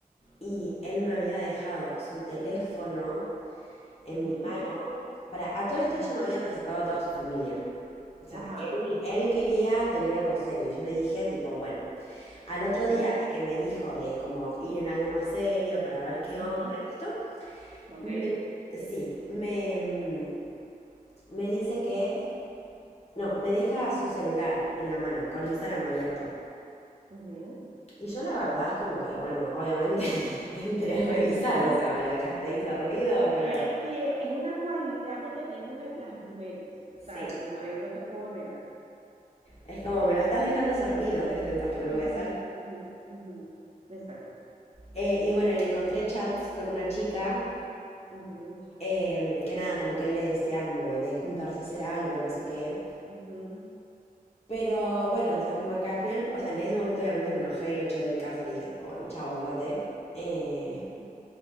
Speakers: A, on the left (about 45°); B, on the right (about 45°).
A: y él me había dejado su teléfono en
B: ujú,
A: mi mano.
B: ujú,
A: Para, a todo esto
B: ujú.
A: él ya me había presentado a toda su familia. O sea,
B: Ajá.
A: él, él quería tener algo serio. Y yo le dije, tipo, bueno, al otro
B: Ujú,
A: día de que me dijo de como ir en algo más serio para ver qué
B: ujú.
A: onda y esto,
B: Ok.
A: me, sí, me, mm, me dice que No, me deja su celular en la mano, con Instagram abierto.
B: Ujú.
A: Y yo la verdad es como que, bueno, obviamente <laughs> entré a revisar, o sea, me lo dejaste ahí servido, ¿qué
B: Eh,
A: voy a hacer?
B: sí, es una cualidad que tenemos en las mujeres. O
A: Sí,
B: sea, no- ahí no te puedo negar.
A: es como, me lo estás dejando servido, ¿qué te pensás que no lo
B: Ujú,
A: voy a hacer?
B: ujú, ujú. Exacto.
A: Eh, y bueno, y le encontré chats con una chica,
B: Ujú,
A: em, que nada, como que él le decía como de juntarse a hacer algo, no sé qué.
B: ujú,
A: Pero bueno, o sea, como que al final, o sea, en ese momento obviamente me enojé y lo eché de mi casa, le dije tipo, bueno, chao, andate. Eh,
B: ujú,